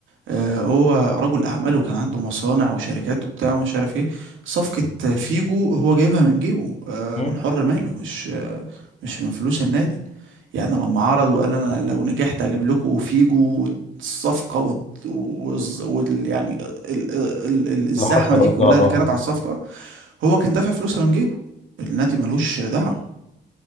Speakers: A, on the right; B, on the left.
A: آه، هو رجل اعمال وكان عنده مصانع وشركات وبتاع ومش عارف ايه صفقة آه، فيجو هو جايبها من جيبه آه،
B: مم.
A: من حر ماله مش آه، مش من فلوس النادي يعني لما عرض وقال انا لو نجحت اجيب لكم فيجو الصفقة وال والز- وال- يعني ال- ال- ال- الزحمة
B: اللي حصل
A: دي
B: وقتها
A: كلها
B: اه
A: اللي كانت على الصفقة هو كان دافع فلوسها من جيبه النادي ملوش دعوة